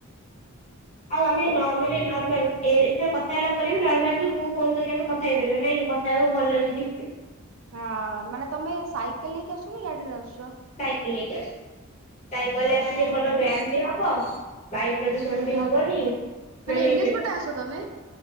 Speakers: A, on the left (about 30°); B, on the right (about 65°).
A: ଆଉ ଆମେ ନ ମାନେ ନ ନର୍ମାଲ ଏ ଏଥିର କଥା ହେଲା ପରେ ବି ନର୍ମାଲ ବି ମୁଁ ଫୋନ୍ କରିକି ଆମେ କଥା ହେଇପାରିବା, ନାଇଁ କି କଥା ହେବାକୁ ଭଲ ଲାଗୁଚି।
B: ହଁ ମାନେ ତୋମେ ସାଇକେଲ ନେଇକି ଆସୁଛ ନା ଗାଡିରେ ଆସୁଛ?
A: ସାଇକେଲ ନେଇକି ଆସୁଛୁ, ସାଇକେଲ ରେ ଆସିଲେ
B: ସାଇକେଲ
A: ଭଲ ବ୍ୟାୟାମ ବି ହବ। ବାୟୁ ପ୍ରଦୂଷଣ ବି ହବନି। ମାନେ
B: ଏନ୍ ଏଚ୍
A: ପେ
B: ପଟେ ଆସ ତମେ?